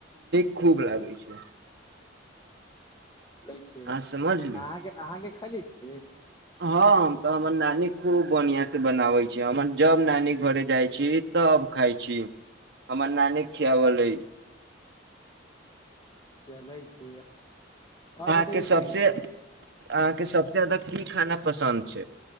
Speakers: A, on the right; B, on the left.
A: <unintelligible> खूब लागै छै
B: लागै छै
A: अहाँ समझली
B: अहाँके अहाँके खयले छी
A: हँ हम तऽ हमर नानी खूब बढ़िआं से बनाबै छै हमर जब नानी घरे जाइ छी तऽ खाय छी हमर नानी खियावल
B: चलै छै आओर
A: अहाँके
B: बतै
A: सबसे
B: छै ने
A: अहाँके सब ज्यादा की खाना पसन्द छै